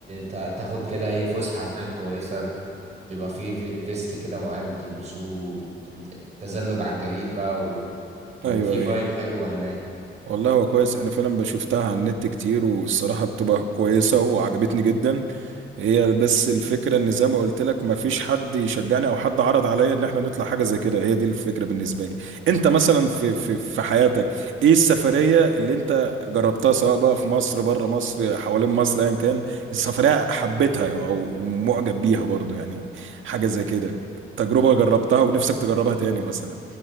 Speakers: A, on the right (about 35°); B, on the right (about 75°).
A: تا- تاخد كده ايه فسحة هناك كويسة بيبقى فيه في- فيست كده معين بتلبسوه تز- تزلج على الجليد بقى وبيبقى
B: ايوه
A: فيه فايب
B: ايوه
A: حلوة هناك
B: والله هو كويس انا فعلا بشوفتها على النت كتير والصراحة بتبقى كويسة وعجبتني جدا هي بس الفكرة ان زي ما قلت لك مفيش حد يشجعني او حد عرض عليا ان احنا نطلع حاجة زي كده هي دي الفكرة بالنسبة لي انت مثلا في في في حياتك ايه السفرية اللي انت جربتها سواء بقى في مصر بره مصر حوالين مصر ايا كان السفرية حبيتها او معجب بيها برضو يعني حاجة زي كده تجربة جربتها ونفسك تجربها تاني مثلا